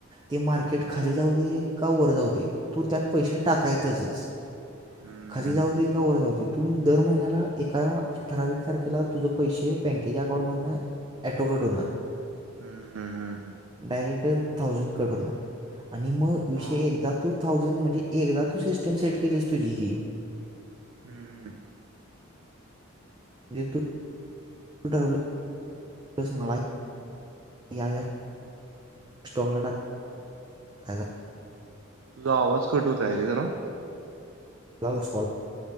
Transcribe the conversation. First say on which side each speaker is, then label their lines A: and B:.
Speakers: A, on the right; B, on the right.
A: ते मार्केट
B: हा
A: खाली जाऊ दे का वर जाऊ दे तू त्यात पैसे टाकायचं तसंच
B: हम्म
A: खाली जाऊ
B: हम्म
A: दे का वर जाऊ दे. तू दर महिन्याला एका ठरावीक तारखेला तुझं पैसे बँकेच्या अकाउंटमधनं ऑटो कट होणार
B: हम्म हम्म हम्म हम्म
A: डायरेक्ट थोऊसँड कट होणार आणि मग विषय
B: हा
A: एकदा टू थोऊसँड एकदा तू सिस्टम सेट केलिस तुझी
B: हम्म
A: जेे तु <unintelligible> जस मला या स्टॉकला टाकाय
B: तुझा आवाज कटूत आहे रे जरा
A: मिसेडकॉल